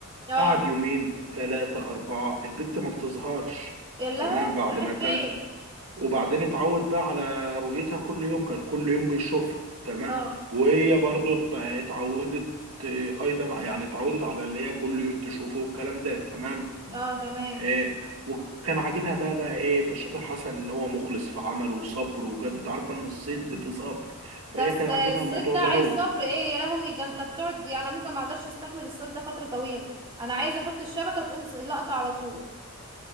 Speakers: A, on the right; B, on the right.
A: اه
B: قعد يومين ثلاثة أربعة البت ما بتظهرش
A: يا لهوي
B: تمام بعد
A: هي راحت
B: ما كان
A: فين
B: وبعدين اتعود بقى على رؤيتها كل يوم كان كل يوم بيشوفها تمام
A: اه
B: وهي برضو ات- اتعودت إيه، ايضا يعني اتعودت على اللي هي كل يوم تشوفه والكلام ده تمام
A: اه تمام
B: آه، وكان عاجبها بقى بقى ايه في الشاطر حسن ان هو مخلص في عمله وصبر وجد انت عارفه ان الصيد في صبر فهي
A: ده الص-
B: كان عاجبها
A: الصيد
B: الموضوع
A: ده
B: ده
A: عايز
B: قوي
A: صبر ايه يا لهوي ده انت بتقعد يعني انا ممكن ما اقدرش استحمل الصيد ده فترة طويلة انا عايزة احط الشبكة تقوم س- لقطة على طول